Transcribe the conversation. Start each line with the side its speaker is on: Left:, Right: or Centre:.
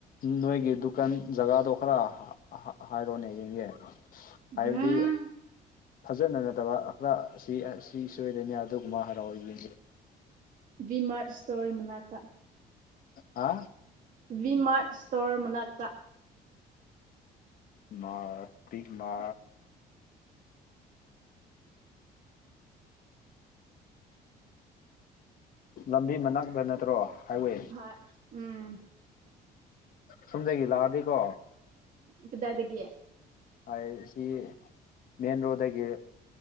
Left: ꯅꯣꯏꯒꯤ ꯗꯨꯀꯥꯟ ꯖꯒꯥꯗꯣ ꯈꯔ ꯍꯥꯏꯔꯣꯅꯦ ꯌꯦꯡꯒꯦ ꯍꯥꯏꯕꯗꯤ
Right: ꯎꯝ
Left: ꯐꯖꯅ ꯅꯠꯇꯕ ꯈꯔ ꯑꯁꯤ ꯑꯁꯤ ꯁꯣꯏꯗꯅꯤ ꯑꯗꯨꯒ ꯃꯥ ꯍꯔꯥꯎ ꯑꯣꯏ ꯌꯦꯌꯦ
Right: ꯕꯤꯃꯥꯔꯠ ꯏꯁꯇꯣꯔꯤ ꯃꯨꯅꯥꯛꯇ
Left: ꯍꯥ
Right: ꯚꯤꯃꯥꯔꯠ ꯏꯁꯇꯣꯔ ꯃꯅꯥꯛꯇ
Left: ꯃꯥꯔ ꯇꯤꯛ ꯃꯥ ꯂꯝꯕꯤ ꯃꯅꯥꯛꯛꯇ ꯅꯠꯇ꯭ꯔꯣ ꯍꯥꯏꯋꯦ
Right: ꯍ‌ꯣꯏ ꯎꯝ
Left: ꯁꯨꯝꯗꯒꯤ ꯂꯥꯛꯑꯗꯤꯀꯣ
Right: ꯀꯗꯥꯏꯗꯒꯤ
Left: ꯍꯥꯏ ꯁꯤ ꯃꯦꯟ ꯔꯣꯗꯗꯒꯤ